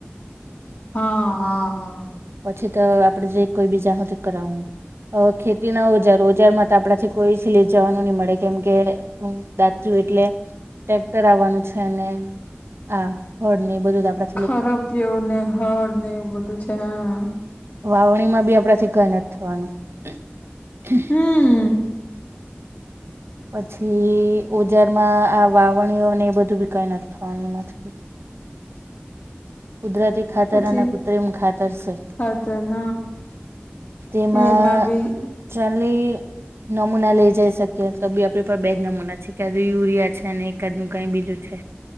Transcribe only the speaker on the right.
પછી તો આપડે જે કોઈ બીજા હો તો કરાવું. હ ખેતી ના ઓજારો ઓજારમાં તો આપડાથી કોઈ સી લ જવાનું નહી મળે કેમ કે- દાતુ એટલે ટ્રેક્ટર આવવાનું છે અને- આા હોળ ને બધું આપડ-
વાવણી માં બી આપડાથી કઈ નથી થવાનું-
પછી ઓજારમાં આ વાવણીઓને એ બધું બી કઈ નથી થવાનું એમાંથી કુદરતી ખાતર
અને કૃત્રિમ ખાતર છે
તેમાં
ચાલી નમૂના લઈ જાય શકીએ તો બી આપડી ઉપર બેજ નમૂના છે એકાદ યુરિયા છે અને એકાદ નું કઈ બીજું છે